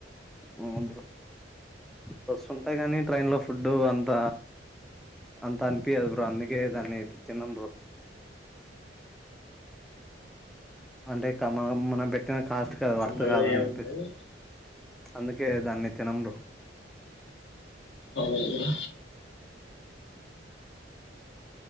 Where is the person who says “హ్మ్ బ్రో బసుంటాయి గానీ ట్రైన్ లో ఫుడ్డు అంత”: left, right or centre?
Centre